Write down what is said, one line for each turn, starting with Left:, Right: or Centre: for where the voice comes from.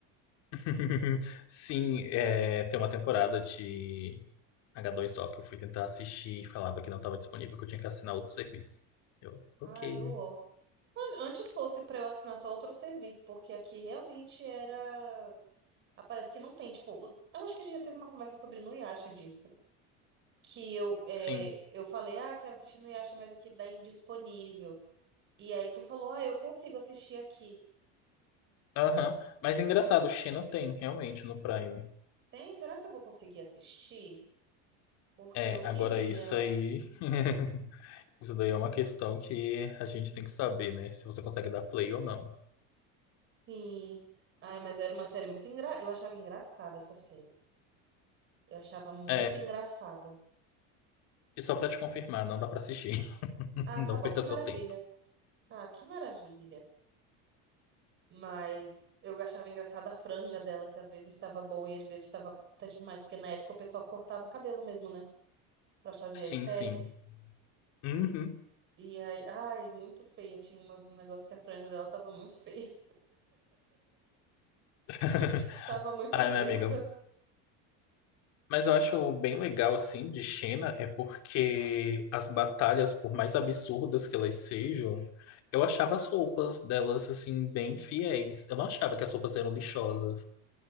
Left: <laughs> Sim, é, tem uma temporada de H2O que eu fui tentar assistir e falava que não estava disponível, que eu tinha que assinar outro serviço. Eu, ok,
Right: Ai, eu
Left: né?
Right: Antes fosse pra eu assinar só outro serviço, porque aqui realmente era. Ah, Parece que não tem, tipo, eu acho que a gente já teve uma conversa sobre Nuyasha disso. Que eu, é,
Left: Sim,
Right: eu falei, ah, quero assistir Nuyasha, mas aqui dá indisponível. E aí tu falou, ah, eu consigo assistir aqui.
Left: aham. Mas engraçado, Xena tem, realmente, no Prime.
Right: Tem? Será que eu vou conseguir assistir? Porque
Left: É,
Right: eu queria.
Left: agora isso aí. <laughs> Isso daí é uma questão que a gente tem que saber, né? Se você consegue dar play ou não.
Right: Sim. Ah, mas era uma série muito engra... Eu achava engraçada essa série. Eu achava muito
Left: É,
Right: engraçada.
Left: e só pra te confirmar, não dá pra assistir. <laughs>
Right: Ah,
Left: Não
Right: tá bom,
Left: perca
Right: que
Left: seu
Right: maravilha.
Left: tempo.
Right: Ah, que maravilha. Mas eu achava engraçada a franja dela, que às vezes estava boa e às vezes estava curta demais, porque na época o pessoal cortava o cabelo mesmo, né? Pra fazer
Left: Sim,
Right: as séries.
Left: sim. Uhum.
Right: E aí, ai, muito feia. Tinha umas, um negócio que a franja dela tava muito feia,
Left: <laughs>
Right: <laughs> tava muito
Left: Ai,
Right: curta.
Left: minha amiga, Mas eu acho bem legal, assim, de China é porque as batalhas, por mais absurdas que elas sejam, eu achava as roupas delas, assim, bem fiéis. Eu não achava que as roupas eram lixosas.